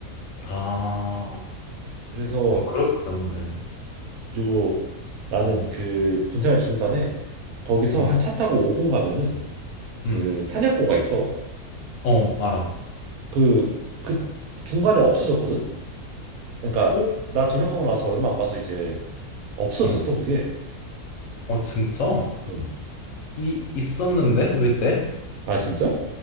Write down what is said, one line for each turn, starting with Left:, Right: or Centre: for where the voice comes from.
Left: 아,
Right: 그래서
Left: 어, 그러겠다, 근데.
Right: 그리고 나는
Left: 어,
Right: 그 군생활 중간에 거기서
Left: 음,
Right: 한 차 타고 5분 가면은 그
Left: 음.
Right: 탄약고가 있어.
Left: 어, 알아.
Right: 그 그 중간에 없어졌거든. 그러니까
Left: 어?
Right: 나 전역하고 나서 얼마 안 가서 이제 없어졌어
Left: 어,
Right: 그게.
Left: 어, 진짜?
Right: 응.
Left: 이, 있었는데? 우리 때?
Right: 아 진짜?